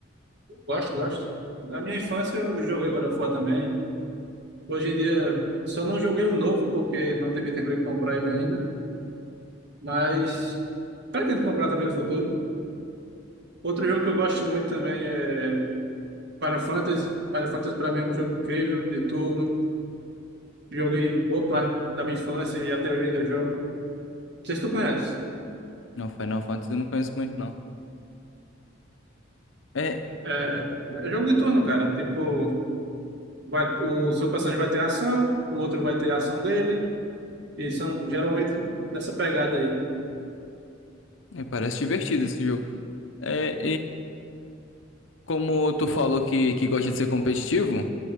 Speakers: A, on the right; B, on the left.
A: gosto, gosto. Na minha infância eu joguei God of War também. Hoje em dia, só não joguei o novo, porque não tive tempo de comprar ele ainda, mas pretendo comprar também no futuro. Outro jogo que eu gosto muito também é Final Fantasy. Final Fantasy para mim é um jogo incrível, de turno. Joguei boa parte da minha infância e até hoje ainda jogo. Não sei se tu conhece.
B: Não, Final Fantasy eu não conheço muito, não. É.
A: É, é jogo de turno, cara. Tipo, vai- o seu personagem vai ter ação, o outro vai ter a ação dele, e são geralmente dessa pegada aí,
B: é, parece divertido esse jogo. É, Como tu falou que, que gosta de ser competitivo,